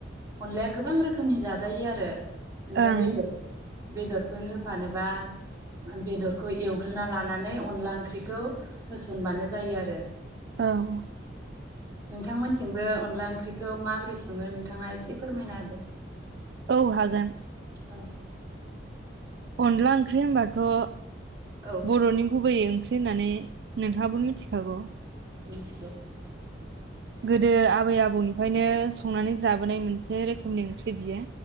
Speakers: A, on the right; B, on the right.
A: अनलाया गोबां रोखोमनि जाजायो आरो नोङो
B: ओं
A: बेदर बेदर बेफोर होफानोबा बेदरखौ एवग्रोना लानानै अनला ओंख्रिखौ होसनबानो जायो आरो
B: ओं
A: नोंथांमोनथिंबो अनला ओंख्रिखौ माबोरै सङो नोंथाङा एसे फोरमायना होदो
B: औ हागोन
A: औ
B: अनला ओंख्रि होनबा थ
A: औ
B: बरनि गुबैयै ओं ख्रि होननानै नोंथाङाबो मिथिखागौ।
A: थिगौ
B: गोदो आबै आबौनिफायनो संनानै जाबोनाय मोनसे रोखोमनि ओंख्रि बियो।